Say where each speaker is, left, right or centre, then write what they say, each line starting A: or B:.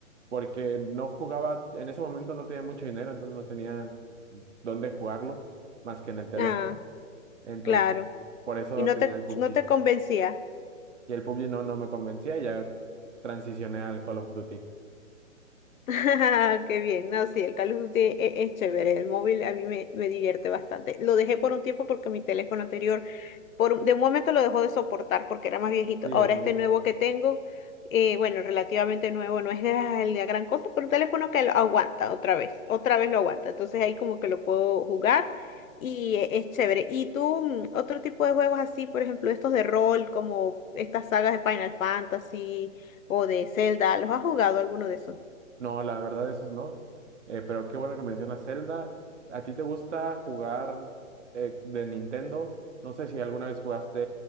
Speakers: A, on the right (about 60°); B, on the left (about 75°).
A: porque no jugaba, en ese momento no tenía mucho dinero, entonces no tenía dónde jugarlo más que en el teléfono.
B: Ah,
A: Entonces,
B: claro.
A: por eso
B: Y no
A: tenía
B: te,
A: el PUBG.
B: no te convencía.
A: Y el PUBG no, no me convencía y ya transicioné al Call of Duty.
B: <laughs> Qué bien. No, sí, el Call of Duty e- es, chévere. El móvil a mí me, me divierte bastante. Lo dejé por un tiempo porque mi teléfono anterior Por, un- de un momento lo dejó de soportar porque era más viejito.
A: Sí,
B: Ahora
A: es muy
B: este nuevo que tengo, eh, bueno, relativamente nuevo, no es la, la gran cosa, pero un teléfono que lo aguanta otra vez, otra vez lo aguanta. Entonces ahí como que lo puedo jugar y e- es chévere. ¿Y tú, mm, otro tipo de juegos así, por ejemplo, estos de rol, como estas sagas de Final Fantasy o de Zelda, ¿los has jugado alguno de esos?
A: No, la verdad, esos no. Eh, pero qué bueno que mencionas Zelda. ¿A ti te gusta jugar eh, de Nintendo? No sé si alguna vez jugaste